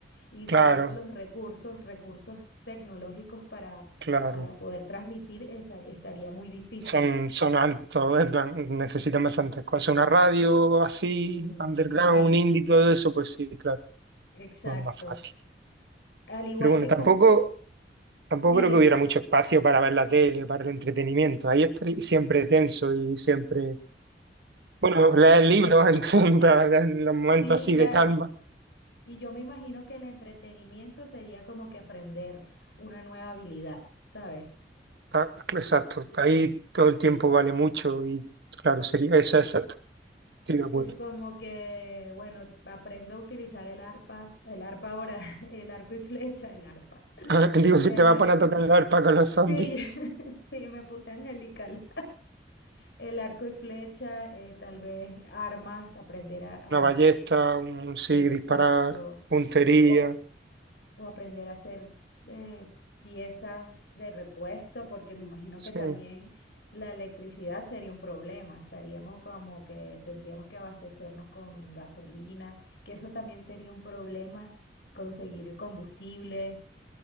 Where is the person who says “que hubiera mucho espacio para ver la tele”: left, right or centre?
Right